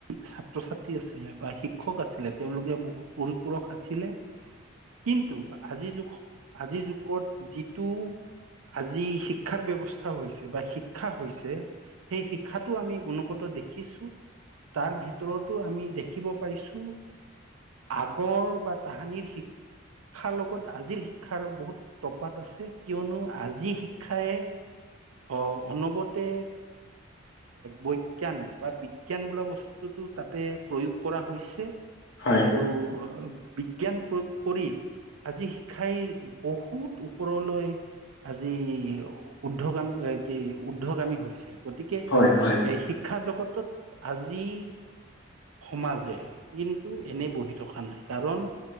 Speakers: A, on the right; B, on the left.
A: ছাত্ৰ ছাত্ৰী আছিলে বা শিক্ষক আছিলে, তেওঁলোকে বহুত পৰিপৰষ আছিলে। কিন্তু আজিৰ যু, আজিৰ যুগত যিটো আজি শিক্ষাৰ ব্যৱস্থা হৈছে বা শিক্ষা হৈছে। সেই শিক্ষাতো আমি গুণগত দেখিছোঁ, তাৰ ভিতৰতো আমি দেখিব পাইছোঁ, আগৰ বা তাহানিৰ শিক্ষা শিক্ষাৰ লগত আজিৰ শিক্ষাৰ বহুত তপাত আছে, কিয়নো আজিৰ শিক্ষায়ে অহ, অনবৰতে বৈজ্ঞান বা বিজ্ঞান বোলা বস্তুটো তাতে প্ৰয়োগ কৰা হৈছে
B: হয়
A: আৰু বিজ্ঞান প্ৰয়োগ কৰি আজি শিক্ষাই বহুত ওপৰলৈ আজি উদ্ধগামী, এ কি উদ্ধগামী হৈছে। গতিকে
B: হয় হয়
A: এই
B: হয়
A: শিক্ষা জগতত আজি সমাজে কিন্তু এনে বহি থকা নাই, কাৰণ